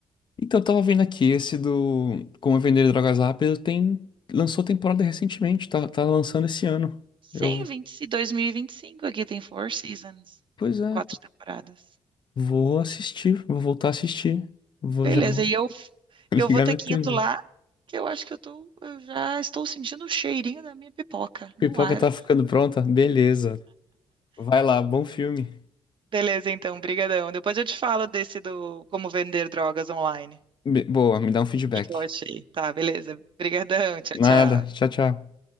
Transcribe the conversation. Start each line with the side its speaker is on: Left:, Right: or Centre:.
Left: Então, eu tava vendo aqui, esse do Como Vender Drogas Rápido tem... lançou temporada recentemente, tá, tá lançando esse ano.
Right: Sim,
Left: Eu...
Right: vinte, e 2025 aqui tem Four Seasons,
Left: Pois é,
Right: quatro temporadas.
Left: vou assistir, vou voltar a assistir. Vou,
Right: Beleza,
Left: já vou
Right: e eu
Left: <laughs> ligar
Right: E eu vou ter
Left: minha
Right: que
Left: TV.
Right: ir indo lá, que eu acho que eu tô, eu já estou sentindo o cheirinho da minha pipoca no
Left: Pipoca
Right: ar.
Left: tá ficando pronta? Beleza. Vai lá, bom filme.
Right: Beleza, então, brigadão. Depois eu te falo desse do como vender drogas online. O
Left: Be- Boa, me dá um feedback.
Right: que que eu achei? Tá, beleza. Brigadão, tchau,
Left: Nada,
Right: tchau.
Left: tchau, tchau.